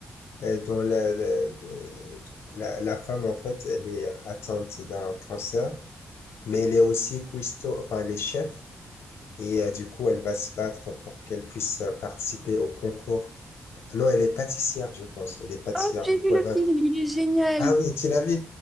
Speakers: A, on the left; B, in the centre.
A: euh, dont la, la, la, la femme, en fait, elle est atteinte d'un cancer, mais elle est aussi cuistot, enfin, elle est chef. Et euh, du coup, elle va se battre pour qu'elle puisse euh, participer au concours non, elle est pâtissière, je pense. Elle est pâtissière.
B: oh, j'ai
A: Du
B: vu
A: coup,
B: le
A: elle va-
B: film, il est génial.
A: Ah oui, tu l'as vu?